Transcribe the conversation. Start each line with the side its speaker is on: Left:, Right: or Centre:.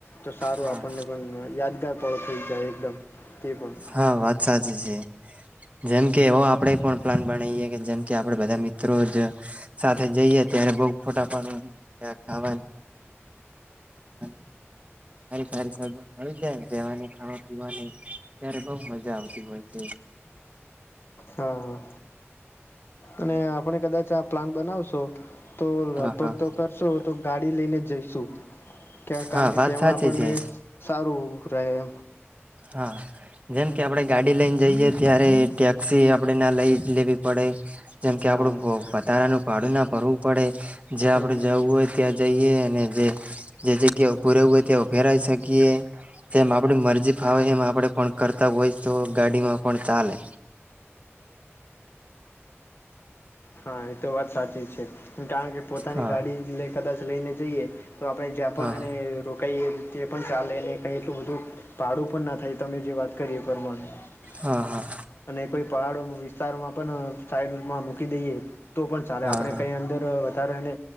Left: તો સારું
Right: હા.
Left: આપણને પણ યાદગાર પો થઈ જાય એકદમ તે પણ
Right: હા વાત સાા જ છે જેમકે એવો આપણેે પણ પ્લાન બનાવીએ કે જેમકે આપે બધા મિત્રો જ સાથે જઈએ ત્યારે બઉ ફોટા પાડવાની ખાવાની ફની સારી સારી સબ મળી જાય રહેેવાની ખાવા પીવાની ત્યારે બહ મજા આવતી હોય છે
Left: હા હા અને આપણે કદાચ આ પ્લાન બનાવશો તો લગભગ
Right: હા હા.
Left: તો કરશો તો ગાડી લઈને જઈશુ કારણ
Right: હા
Left: કે
Right: વાત
Left: તેમાં
Right: સાચી
Left: આપણને
Right: છે.
Left: સારું ખરા
Right: હા જેમ કે આપણે ગાડી લઈને જઈએ ત્યારે ટેક્સી આપણે ના લઈ લેવી પડે જેમ કે આપણું
Left: હા
Right: વધારાનું ભડું ના ભરવું પડે જ્યાં
Left: હમ
Right: આપણે
Left: હમ
Right: જવું હોય ત્યાં જઈએ અને જે જે જગ્યાભું રહેવું હોય ત્યાં ફેરાવી શકીએ જેમ આપણી મરજી ાવ એમ આપડે પણ કરતા હોય તો ગાડીમાં પણ ચાલે
Left: હા એ તો વાત સાચી છે કારણ કે પોતાની
Right: હા
Left: ગાડી લે કદાચ લઈને જઈએ તો આપણે જ્યાં પણ
Right: હા
Left: એને રોકાઈએ તે પણ ચાલે ને કઈ એટલું બધું ભાડું પણ ના થાય તમે જે વાત કરી પરમાનું
Right: હા હા
Left: અને કોઈ પહાડો વિસ્તારોમાં પણ સાઈડમાં મૂકી દઈએ તો પણ ચાલે
Right: હા
Left: આપણે
Right: હા
Left: કંઈ અંદર વધારે અને